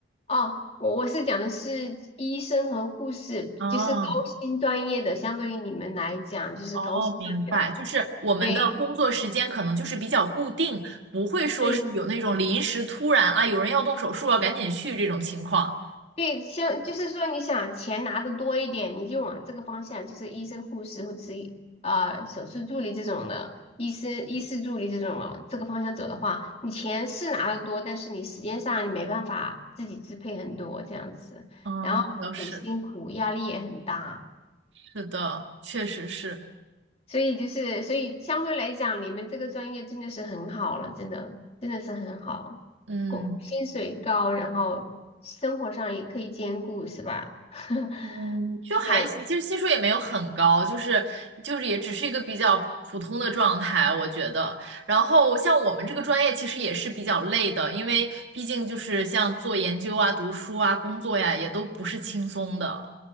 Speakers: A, on the left; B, on the right.
A: 哦，我我是讲的是医生和护士，
B: 啊，
A: 就是高薪专业的，相对于你们来讲就是高薪专业的啊。
B: 哦，明白，就是我们的工作时间可能就是比较固定，
A: 对
B: 不会说是有那种临时突然啊，
A: 对
B: 有人要动手术要赶紧去这种情况。
A: 对，像就是说你想钱拿的多一点，你就往这个方向，就是医生、护士或者是啊手术助理这种的，医师、医师助理这种的这个方向走的话，你钱是拿的多，但是你时间上你没办法自己支配很多这样子，
B: 嗯，
A: 然后很辛苦，
B: 那倒是，
A: 压力也很大。
B: 是的，确实是。
A: 所以就是，所以相对来讲，你们这个专业真的是很好了，真的，真的是很好，
B: 嗯，
A: 工薪水高，然后生活上也可以兼顾，是吧？<laughs>
B: 嗯，就还行，
A: 真的，
B: 其实薪水也没有很高，就是就是也只是一个比较普通的状态，我觉得。然后像我们这个专业其实也是比较累的，因为毕竟就是像做研究啊、读书啊、工作呀，也都不是轻松的，